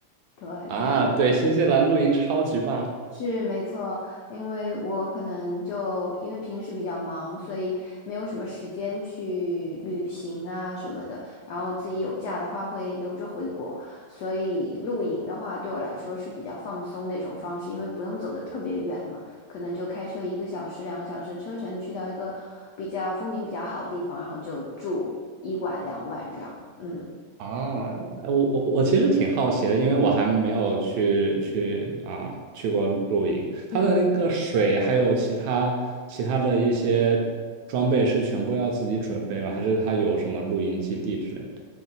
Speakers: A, on the left (about 80°); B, on the right (about 75°).
A: 对，
B: 啊，
A: 就。
B: 对，新西兰露营超级棒
A: 是没错，因为我可能就因为平时比较忙，所以没有什么时间去旅行啊什么的。然后自己有假的话会留着回国，所以露营的话对我来说是比较放松那种方式，因为不用走的特别远嘛，可能就开车一个小时、两个小时车程去到一个比较风景比较好的地方，然后就住一晚两晚这样。嗯
B: 啊！哎我我我其实挺好奇的，因为我还没有去去啊去过露营。
A: 嗯。
B: 这水还有其他其他的一些装备是全部要自己准备吗？还是他有什么露营基地之类的？